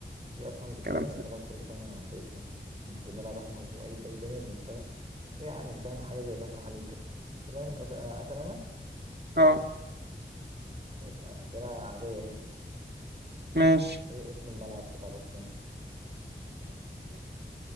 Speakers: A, on the right; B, on the right.
A: في اصلا بطولة
B: كلام
A: بنعملها
B: سهل.
A: كل سنة باسمه يعني بنلعب احنا واي فريق تاني وبنكسبها يعني فاهم حاجة زي كأس الحليب كده تمام أس- اسأل انا
B: اه
A: ماشي اسئلة عادية اهي
B: ماشي
A: ايه اسم الملعب بتاع برشلونة